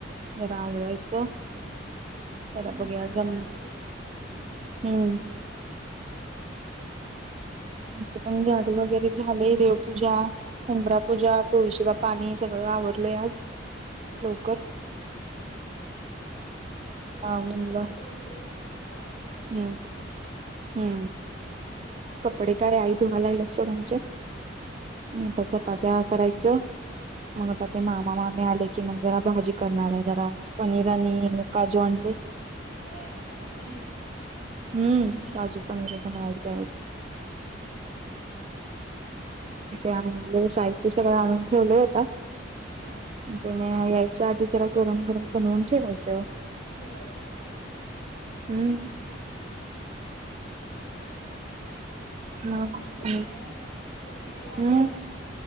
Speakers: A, on the right; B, on the left.
A: जरा
B: होय
A: आवरायचं
B: मी पण
A: जरा बघूया
B: झाडू
A: जम
B: मारत होते
A: हम्म
B: म्हटलं
A: <unintelligible>
B: आता
A: झाडी वगैरे झाले देवपूजा हुंबरा पूजा तुळशी <unintelligible> पाणी सगळं आवरलय आज
B: हा
A: लवकर
B: आमच अजून
A: आ म्हणलं
B: कपडे धुवायचेत बाकी झालं
A: हम्म
B: आता
A: हम्म कपडे का आहे आई <unintelligible>
B: हा हा.
A: मीता चपात्या- करायचं. मग आता ते मामा मामी आले की, मग जरा भाजी करणारय आहे. जरा पनीर आणि काजू- ते
B: होय काजू पनीर.
A: हम्म. काजू पनीर बनवायचेय.
B: हा हा हा.
A: ते साहित्य सगळं आणून ठेवलं होत.
B: हा
A: त्याने- <unintelligible> आधी त्याला गरम गरम बनवून ठेवायचं.
B: होय. चालतय की.
A: हम्.
B: पाऊस
A: मग
B: एक पडायलाय
A: आणि
B: कपडे वाळेनात
A: <unintelligible>